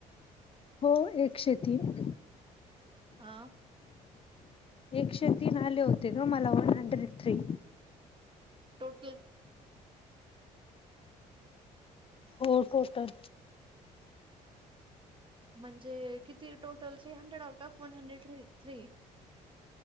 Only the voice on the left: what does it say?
हो एकशे तीन
एकशे तीन आले होते का मला वन हंड्रेड थ्री
हो टोटल